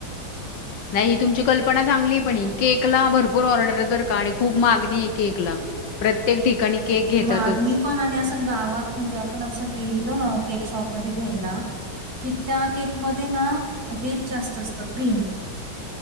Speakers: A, on the left; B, on the right.
A: नाही, ही तुमची कल्पना चांगली पण ही, केकला भरपूर ऑर्डर आहेत बर का आणि खूप मागणी आहे केकला. प्रत्येक ठिकाणी केक घेतातच.
B: मागणी पण आणि गावात म्हणजे, आपण असं गेलो ना केक शॉप मध्ये घ्यायला कि, त्या केकमध्ये ना हेच जास्त असतं क्रीम.